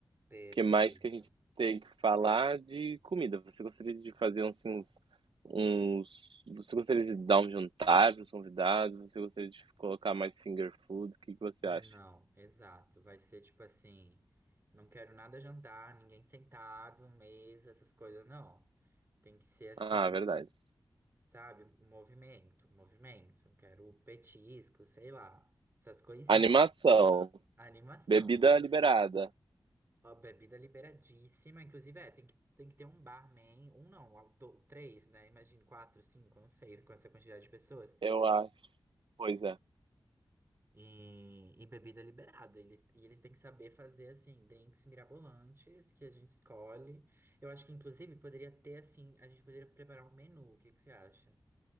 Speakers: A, on the right; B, on the right.
A: Perfeito.
B: O que mais que a gente tem que falar de comida? Você gostaria de fazer uns, uns, uns- você gostaria de dar um jantar para os convidados? Você gostaria de colocar mais finger food? O que que você
A: Não,
B: acha?
A: exato. Vai ser tipo assim, não quero nada jantar, ninguém sentado, mesa, essas coisas, não. Tem que ser assim,
B: Ah, verdade.
A: sabe? Movimento, movimento. Quero petisco, sei lá, essas coisinhas.
B: Animação,
A: Animação,
B: bebida liberada.
A: a bebida liberadíssima, inclusive é, tem que, tem que ter um barman, um não, do- três, né? Imagina, quatro, cinco, não sei, com essa quantidade de pessoas.
B: Eu acho, pois é.
A: E, e bebida liberada. Eles, e eles têm que saber fazer, assim, drinks mirabolantes que a gente escolhe. Eu acho que, inclusive, poderia ter, assim, a gente poderia preparar um menu. O que que você acha?